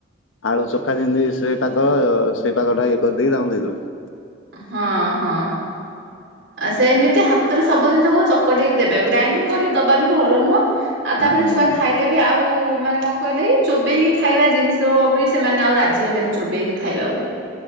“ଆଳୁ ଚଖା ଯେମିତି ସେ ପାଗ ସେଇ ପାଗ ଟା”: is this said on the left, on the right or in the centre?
Left